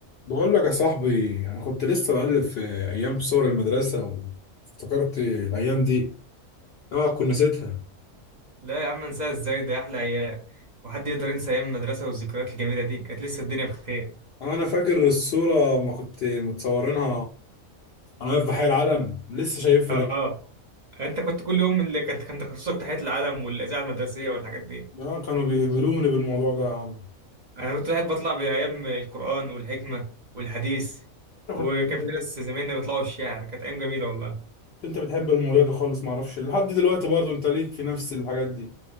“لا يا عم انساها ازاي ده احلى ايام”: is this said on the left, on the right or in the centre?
Right